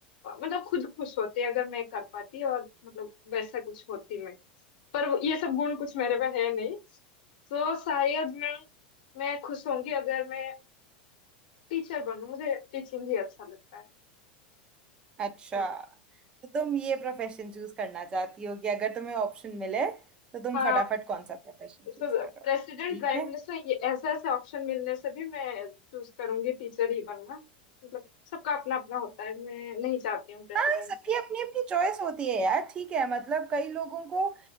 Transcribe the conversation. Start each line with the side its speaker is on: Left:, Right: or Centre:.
Left: मतलब खुद खुश होती अगर मैं कर पाती और मतलब वैसा कुछ होती मैं पर वो- ये सब गुण कुछ मेरे में है नहीं तो शायद मैं मैं खुश होंगी अगर मैं टीचर बनूं मुझे टीचिंग ही अच्छा लगता है
Right: अच्छा
Left: हम्म।
Right: तो तुम ये प्रोफेशन चूज करना चाहती हो कि अगर तुम्हें ऑप्शन मिले तो तुम
Left: हाँ
Right: फटाफट कौन सा प्रोफेशन चूज
Left: तो
Right: करो
Left: प्रेसिडेंट
Right: ठीक
Left: प्राइम
Right: है
Left: मिनिस्टर ये ऐसे ऐसे ऑप्शन मिलने से भी मैं चूज करूंगी टीचर ही बनना मतलब सबका अपना अपना होता है मैं नहीं चाहती हूँ प्रेसिडेंट
Right: हाँ सबकी अपनी अपनी चॉइस होती है यार ठीक है मतलब कई लोगों को